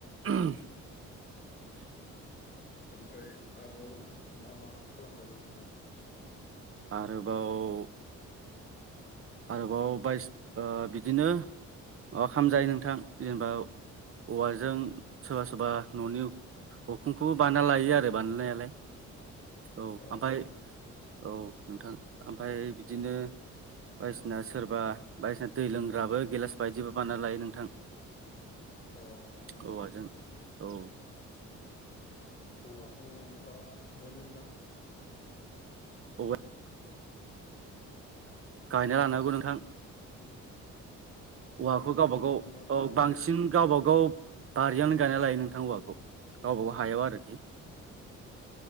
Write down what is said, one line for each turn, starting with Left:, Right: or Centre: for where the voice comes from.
Right: <unintelligible>
Left: ओमफ्राय आरोबाव मा मा खालामजाबावगोनदां?
Right: आरोबाव आरोबाव बायस ओ बिदिनो माबा खालामजायो नोंथां जेनेबा औवाजों सोरबा सोरबा न'नि अखुंखौबो बाना लायो आरो बानायनायालाय। औ
Left: अ
Right: ओमफाय
Left: नोंथां
Right: औ नोंथां ओमफ्राय बिदिनो बायदिसिना सोरबा बायदिसिना दै लोंग्राबो गेलास बायदिबो बानना लायो नोंथां।
Left: अ नोंथां
Right: औवाजों औ।
Left: औवाखौ बहा मोनो नोंथां?
Right: औवा गायना लानांगौ नोंथां औवाखौ
Left: अ बांसिन
Right: गावब गाव
Left: मा जायगायाव
Right: औ बांसिन गावबा गाव बारियावनो गायना लायो नोंथां हौवाखौ गावबाागाव हायाव आरोखि।